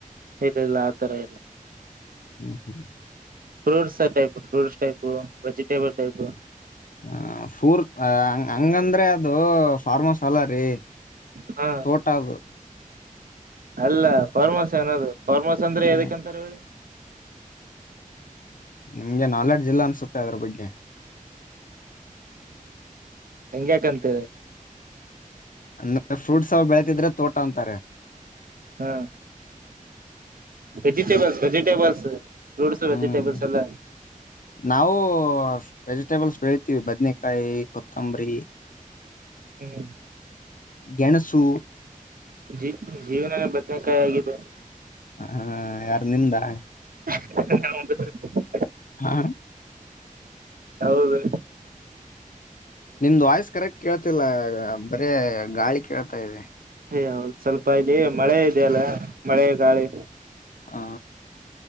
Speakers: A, on the right (about 85°); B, on the left (about 70°).
A: ಇಲ್ಲ ಇಲ್ಲ ಆ ತರ ಇಲ್ಲ
B: ಹ್ಮ್ ಹ್ಮ್
A: fruits type fruits type vegetable type
B: ಹ ಫೂರ್ ಹಂಗಂದ್ರೆ ಅದು ಫಾರ್ಮಸ್ ಅಲ್ಲ ರೀ
A: ಹಾ
B: ತೋಟದು
A: ಅಲ್ಲ ಫಾರ್ಮಸ್ ಏನದು ಫರ್್ಮಸ್ ಅಂದ್ರೆ
B: ಆ,
A: ಯದಕ್ಕಂತಾರ ಹೇಳಿ
B: ನಿಮ್ಗೆ ನಾಲೆಡ್ಜು ಇಿಲ್ಲ ಅನ್ಸುತ್ತೆ ಅದ್ರ ಬಗ್ಗೆ
A: ಹಂಗ್ಯಾಕಂತರ
B: ಅಂದ ಫ್ರೂಟ್ಸ್ ಅವ ಬೆಳತಿದ್ರೆ ತೋಟ ಅಂತಾರೆ
A: ಹಾ ವೆಜಿಟೇಬಲ್ಸ್ ವೆಜಿಟೇಬಲ್ಸ್ ಫ್ರೂಟ್ಸ್
B: ಹ್ಮ್
A: ವೆಜಿಟಬಲ್ಸ್ ಎಲ್ಲ
B: ನಾವು ವೆಜಿಟೇಬಲ್ಸ್ ಬೆಳ್ತಿೀವಿ ಬದ್ನಕಾಯಿ ಕೊತ್ತಂಬರಿ
A: ಹ್ಮ್ ಹ್ಮ್
B: ಗೆಣಸು
A: ಜ ಜೀವನನೇ ಬದನಕಾಯಿ ಆಗಿದೆ
B: ಹಾ ಯಾರ ನಿಮ್ದಾ
A: <unintelligible>
B: ಹಾ
A: ಹೌದು
B: ನಿಮ್ದ್ ವಾಯ್ಸ್ ಕರೆಕ್ಟ್ ಕೇಳ್ತಿಲ್ಲ ಬರೇ ಗಾಳಿ ಕೇಳ್ತಾ ಇದೆ
A: ಅಯ ಹೌದು್ ಸ್ವಲ್ಪ ಇಲ್ಲಿ ಮಳೆ ಇೆಯಲ್ಲ ಮಳೆ ಗಾಳಿ
B: ಹಾ